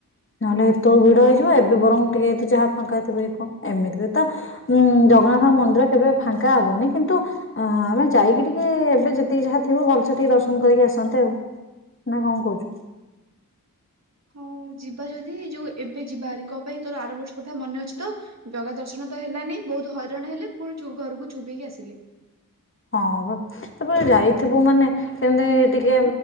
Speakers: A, on the left (about 35°); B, on the right (about 50°).
A: ନହେଲେ ହେତେବେଳକୁ ଭିଡ ହେଇଯିବ ଏବେ ବରଂ ଟିକେ ଏ ଯାହା ଫାଙ୍କା ଥିବ କଣ ଏମିତିରେ ତ ଉଁ ଜଗନ୍ନାଥ ହଁ ମନ୍ଦିର କେବେ ଫାଙ୍କା ହବନି କିନ୍ତୁ ଅ ଆମେ ଯାଇକି ଟିକେ ଏବେ ଯେତିକି ଯାହା ଥିବ ଭଲସେ ଟିକେ ଦର୍ଶନ କରିକି ଆସନ୍ତେ ଆଉ ନା କଣ କହୁଛୁ।
B: ହୁଁ ଯିବା ଯଦି ଯୋଉ ଏବେ ଯିବା ବାରି କ ପାଇଁ ତୋର ଆର ବର୍ଷ କଥା ମନେ ଅଛି ତ ଜଗା ଦର୍ଶନ ତ ହେଲାନି ବହୁତ ହଇରାଣ ହେଲେ ପୁଣି ଘରକୁ ଚୁପ୍ ହେଇକି ଆସିଲେ।
A: ହଁ ବା ତାପରେ ଯାଇଥିବୁ ମାନେ କେମିତି ଟିକେ